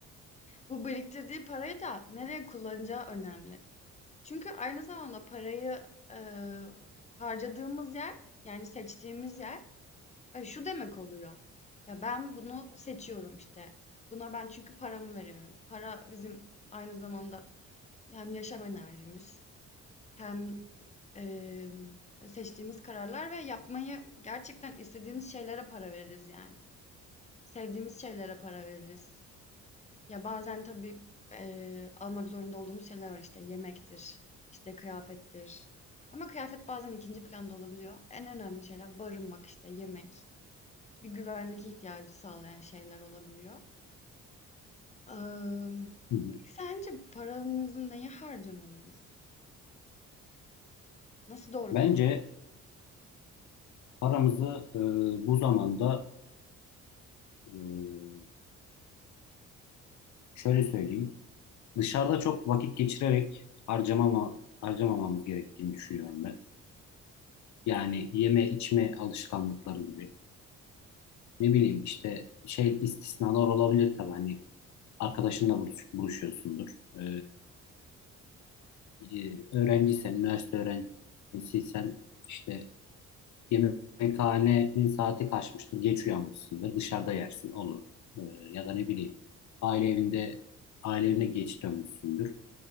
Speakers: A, on the left; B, on the left.
A: bu biriktirdiği parayı da nereye kullanacağı önemli. Çünkü aynı zamanda parayı, eee, harcadığımız yer, yani seçtiğimiz yer, eee, şu demek oluyor: Ya, ben bunu seçiyorum, işte. Buna ben çünkü paramı veriyorum. Para bizim aynı zamanda hem yaşam enerjimiz hem, emm, seçtiğimiz kararlar ve yapmayı gerçekten istediğimiz şeylere para veririz yani. Sevdiğimiz şeylere para veririz. Ya, bazen tabii, eee, almak zorunda olduğumuz şeyler var. işte yemektir, işte, kıyafettir ama kıyafet bazen ikinci planda olabiliyor. En önemli şeyler barınmak, işte, yemek, bir güvenlik ihtiyacı sağlayan şeyler olabiliyor. Emm,
B: Hı hı.
A: peki sence paramızı neye harcamalıyız? Nasıl doğru
B: Bence
A: kullan
B: paramızı e, bu zamanda e, şöyle söyleyeyim. Dışarıda çok vakit geçirerek harcamama, harcamamamız gerektiğini düşünüyorum ben. Yani yeme içme alışkanlıkları gibi. Ne bileyim işte şey istisnalar olabilir tabii hani arkadaşınla buluş, buluşuyorsundur. E, e, öğrenciysen, üniversite öğrencisiysen işte Yemekhanenin saati kaçmıştır, geç uyanmışsındır, dışarıda yersin, olur. Ee, ya da ne bileyim, aile evinde, aile evine geç dönmüşsündür,